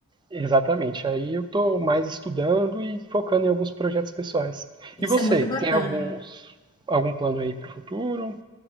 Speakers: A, on the right; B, on the left.
A: exatamente, aí eu tô mais estudando e focando em alguns projetos pessoais.
B: Isso
A: E você,
B: é muito bacana.
A: tem alguns, algum plano aí para o futuro?